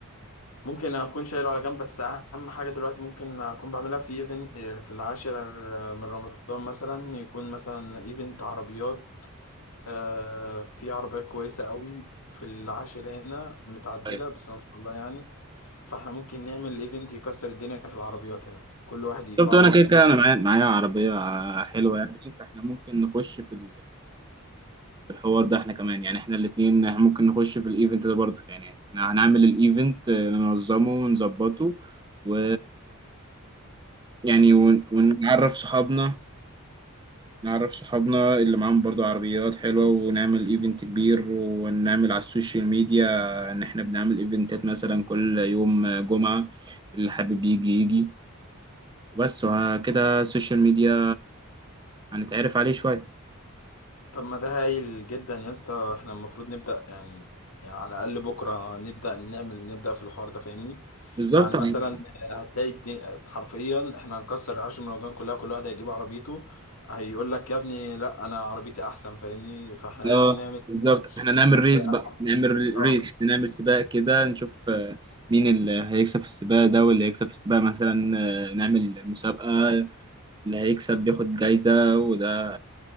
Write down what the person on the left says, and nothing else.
ممكن اكون شايله على جنب بس اهم حاجه دلوقتي ممكن اكون بعملها في ايفنت في العاشر من رمضان مثلا يكون مثلا ايفنت عربيات آه، في عربيه كويسه قوي في العاشر هنا متعدله
بس ما شاء الله يعني فاحنا ممكن نعمل ايفنت يكسر الدنيا في العربيات هنا كل واحد يجيب
عربيته
طب ما ده هايل جدا يا اسطى احنا المفروض نبدأ يعني, يعني على الأقل بكرة نبدأ نعمل نبدأ في الحوار ده فاهمني
يعني
مثلا هتلاقي الدنيا حرفيا احنا هنكسر العشر من رمضان كلها كل واحد هيجيب عربيته هيقول لك يا ابني لا انا عربيتي احسن فاهمني فاحنا
لازم نعمل
كده.
بس
اه